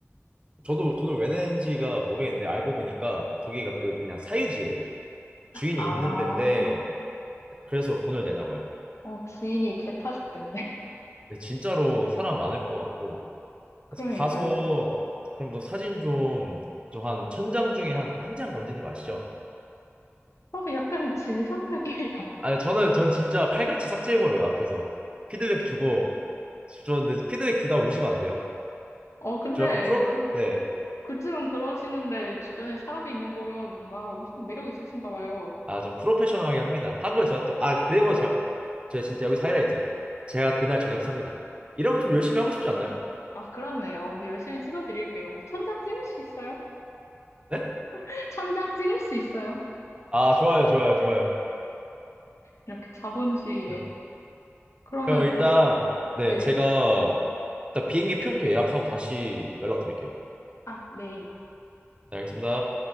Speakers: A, on the right (about 25°); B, on the left (about 80°).
A: 저도 돈을 왜 낸지가 모르겠는데 알고 보니까 거기가 그 그냥 사유지예요. 주인이
B: 아,
A: 있는 데인데 그래서 돈을 내나 봐요.
B: 어, 주인이 개 타셨겠네. <laughs>
A: 근데 진짜로 사람 많을 것 같고
B: 그러니까요.
A: 그래서 가서 그럼 저 사진 좀 저 한 천장 중에 한 한 장 건지는 거 아시죠?
B: 어, 약간 진상 느낌이야. <laughs>
A: 아니 저는 전 진짜 칼같이 삭제해버려요 앞에서 피드백 주고 저 근데 피드백 주다 우시면 안 돼요.
B: 어, 근데
A: 저 약간 프로
B: 그,
A: 네.
B: 그쯤은 그러시는데 주변에 사람이 있는 거면 뭔가 엄청 매력 있으신가 봐요.
A: 아 저 프로페셔널하게 합니다. 하고 제가 또 아 그리고 저 제가 진짜 여기서 하이라이트 제가 그날 저녁 삽니다. 이러면 좀 열심히 하고 싶지 않나요?
B: 아, 그렇네요. 열심히 찍어드릴게요. 천장 찍을 수 있어요?
A: 네?
B: <laughs> 천장 찍을 수 있어요?
A: 아 좋아요 좋아요 좋아요.
B: 이렇게 자본주의에.
A: 네.
B: 그러면
A: 그럼 일단
B: 또,
A: 네
B: 네.
A: 제가 일단 비행기 표부터 예약하고 다시 연락드릴게요.
B: 아, 네.
A: 네 알겠습니다.